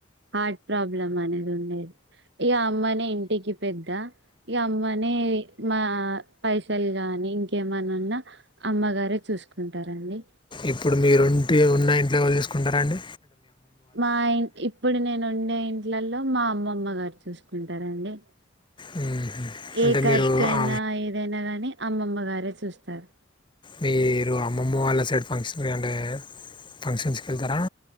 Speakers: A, on the right; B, on the left.
A: హార్ట్ ప్రాబ్లం అనేది ఉండేది ఇగా అమ్మనే ఇంటికి పెద్ద ఇగా అమ్ అమ్మనే మా పైసలు గాని ఇంకేమనా ఉన్నా అమ్మగారే చూసుకుం ఉంటారండి
B: ఇప్పుడు మీరుంటి ఉన్న ఇంట్లో ఎవళ్ళు చూసుకుంటారండి
A: మా ఇ ఇప్పుడు నేను ను ఉండే ఇంట్లలో మా అమ్మమ్మ గారు చూసుకుంటారంండి
B: మ్మ్
A: ఏ
B: అంటే
A: ఖర్చు
B: మీరు
A: అయినా
B: ఆ
A: ఏదైనా గానీ అమ్మమ్మ గారే చూస్తారు
B: మీరు అమ్మమ్మ వాళ్ళ సైడ్ ఫంక్షన్ గా నే ఫంక్షన్స్కి వెళ్తారా